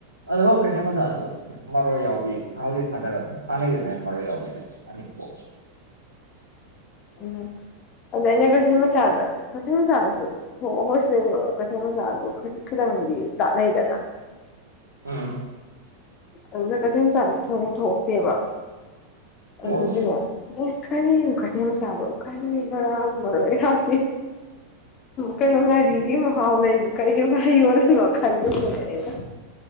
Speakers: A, on the right; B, on the left.
A: ꯑꯗꯣ ꯍꯧ ꯀꯩꯊꯦꯟ ꯃꯆꯥꯥꯗꯁꯨ ꯃꯔꯣꯏ ꯌꯥꯎꯕꯤ ꯊꯥꯎꯕꯨꯗꯤ ꯊꯥꯗꯔꯝꯃꯦ ꯍꯥꯟꯅꯩꯗꯨꯅꯦ ꯃꯔꯣꯏ ꯌꯥꯎꯕꯤꯗ ꯑꯅꯤꯄꯣ
B: ꯎꯝ ꯑꯗꯨ ꯑꯩꯅ ꯀꯩꯊꯦꯜ ꯃꯆꯥꯗ ꯀꯩꯊꯦꯜ ꯃꯆꯥꯁꯨ ꯍꯣ ꯑꯈꯣꯏꯁꯤꯗꯅ ꯑꯃꯨꯛ ꯀꯩꯊꯦꯜ ꯃꯆꯥꯗꯨ ꯈꯣꯏꯗꯤ ꯈꯤꯗꯪꯗꯤ ꯂꯥꯞꯅꯩꯗꯅ
A: ꯎꯝ
B: ꯑꯗꯨꯅ ꯀꯩꯊꯦꯜꯆꯥꯥꯗꯤ ꯊꯣꯏꯅ ꯊꯣꯛꯇꯦꯕ ꯑꯗꯨꯒꯤꯅꯦ
A: ꯑꯣ
B: ꯑꯦ ꯀꯔꯤꯅꯣ ꯀꯩꯊꯦꯟ ꯃꯆꯥꯗꯕꯧ ꯀꯔꯤ ꯕꯣꯔꯥꯕꯨ ꯃꯔꯣꯏ ꯍꯥꯞꯄꯤ ꯀꯩꯅꯣ ꯉꯥꯔꯤꯒꯤ ꯃꯍꯥꯎ ꯂꯩꯅ ꯀꯔꯤ <unintelligible> ꯈꯜꯂꯤꯁꯤꯅꯦ ꯑꯩꯅ